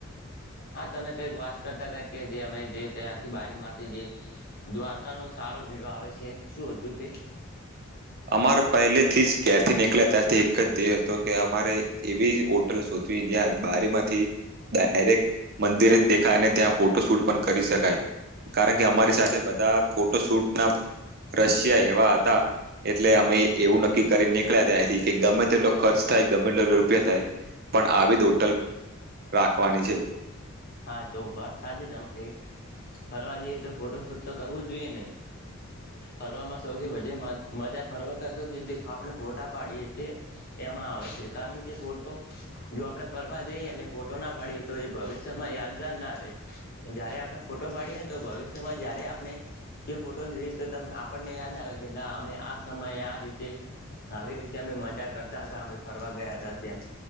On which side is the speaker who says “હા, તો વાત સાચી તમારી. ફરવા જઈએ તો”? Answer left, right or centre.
Left